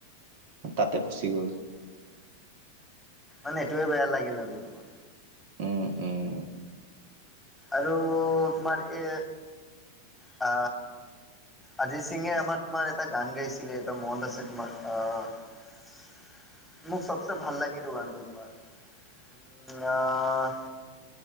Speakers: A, on the right; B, in the centre.
A: তাতে ফচি গ'ল।
B: মানে এইটোয়ে বেয়া লাগিলে আৰু তোমাৰ।
A: উম উম,
B: আৰু তোমাৰ এ, আ অজিত সিঙে আমাৰ তোমাৰ এটা গান গাইছিলে এটা মোহন দাসে তোমাৰ আহ মোক চবচে ভাল লাগে এতো গানটো তোমাৰ উ আহ